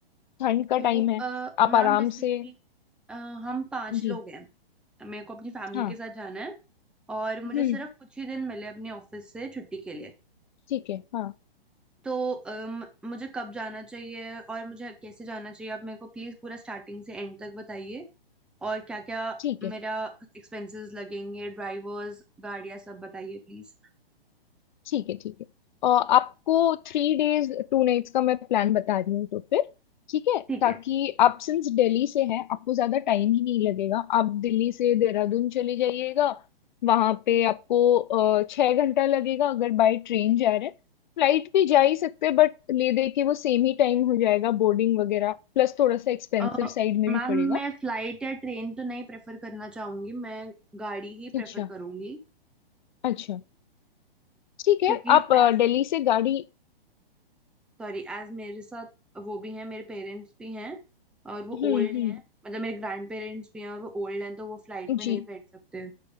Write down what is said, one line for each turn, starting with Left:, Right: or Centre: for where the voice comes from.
Left: ठंड का
Centre: तो
Left: टाइम है
Centre: अ,
Left: आप
Centre: मैम
Left: आराम
Centre: जैसे
Left: से
Centre: कि अ, हम पांच
Left: जी
Centre: लोग हैं मेरे को अपनी फैमिली
Left: हाँ
Centre: के साथ जाना है और मुझे
Left: हम्म
Centre: सिर्फ कुछ ही दिन मिले अपने ऑफिस से छुट्टी के लिए
Left: ठीक है हाँ
Centre: तो अम, मुझे कब जाना चाहिए और मुझे कैसे जाना चाहिए आप मेरे को प्लीज पूरा स्टार्टिंग से एंड तक बताइए और क्या क्या
Left: ठीक
Centre: मेरा
Left: है
Centre: एक्सपेंसेस लगेंगे ड्राइवर्स गाड़ियाँ सब बताइए प्लीज
Left: ठीक है ठीक है और आपको थ्री डेज टू नाइट्स का मैं प्लान बता रही हूँ तो फिर ठीक है
Centre: ठीक
Left: ताकि
Centre: है
Left: आप सिंस दिल्ली से हैं आपको ज्यादा टाइम ही नहीं लगेगा आप दिल्ली से देहरादून चले जाइएगा वहां पे आपको अ, छह घंटा लगेगा अगर बाय ट्रेन जा रहे हैं फ्लाइट भी जा ही सकते हैं बट ले दे के वो सेम ही टाइम हो जाएगा बोर्डिंग वगैरह प्लस थोड़ा सा एक्सपेंसिव
Centre: अ,
Left: साइड में
Centre: मैम
Left: भी पड़ेगा
Centre: मैं फ्लाइट या ट्रेन तो नहीं प्रेफर करना चाहूंगी मैं गाड़ी ही
Left: अच्छा
Centre: प्रेफर करूंगी
Left: अच्छा ठीक है
Centre: क्योंकि
Left: आप अ,
Centre: एज
Left: दिल्ली से गाड़ी
Centre: सॉरी एज मेरे साथ वो भी हैं मेरे पेरेंट्स भी हैं और वो
Left: हम्म
Centre: ओल्ड
Left: हम्म
Centre: हैं मतलब मेरे ग्रैंड पेरेंट्स भी हैं और वो ओल्ड हैं तो वो फ्लाइट में
Left: जी
Centre: नहीं बैठ सकते